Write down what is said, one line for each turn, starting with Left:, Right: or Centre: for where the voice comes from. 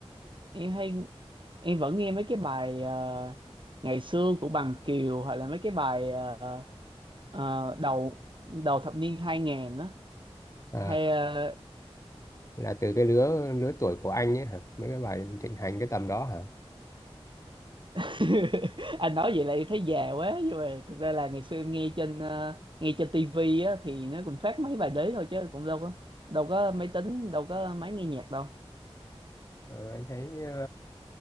Right: em hay em vẫn nghe mấy cái bài ờ, ngày xưa của Bằng Kiều hoặc là mấy cái bài ờ, ờ, đầu đầu thập niên 2000 á
Left: Ờ,
Right: hay ờ,
Left: là từ cái lứa lứa tuổi của anh ấy hả mấy cái bài thịnh hành cái tầm đó hả
Right: <laughs> anh nói vậy là em thấy già quá nhưng mà thực ra là ngày xưa em nghe trên ờ, nghe trên tivi á thì nó cũng phát mấy bài đấy thôi chứ cũng đâu có đâu có máy tính đâu có máy nghe nhạc đâu
Left: Ờ, anh thấy ờ,